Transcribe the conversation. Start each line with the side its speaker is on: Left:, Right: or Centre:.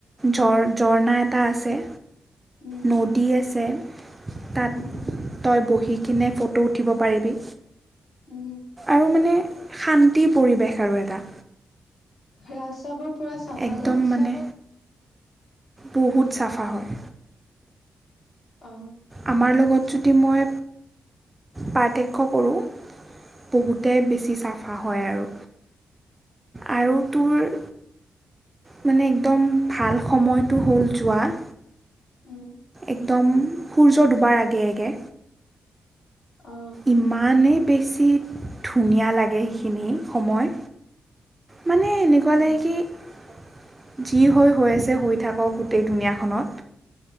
Right: ঝ ঝৰ্ণা এটা আছে।
Left: উম,
Right: নদী আছে। তাত
Left: উম,
Right: তই বহি দি কিনে ফটো উঠিব পাৰিবি।
Left: উম,
Right: আৰু মানে শান্তিৰ পৰিৱেশ আৰু এটা।
Left: ৰাস্তাবোৰ পুৰা চাফানে?
Right: একদম মানে বহুত চাফা হয়।
Left: অ',
Right: আমাৰ লগত যদি মই পাৰ্থক্য কৰোঁ বহুতে
Left: উম,
Right: বেছি চাফ। অ হয় আৰু আৰু তোৰ মানে একদম ভাল সময়টো হ'ল যোৱা এক
Left: উম,
Right: একদম সূৰ্যৰ দুবাৰ আগে আগে।
Left: অ
Right: ইমানেই বেছি ধুনীয়া লাগে সেইখিনি সময়। মানে এনেকুৱা
Left: অ
Right: লাগে কি যি হৈ হৈ আছে হৈ থাকক গোটেই দুনীয়াখনত।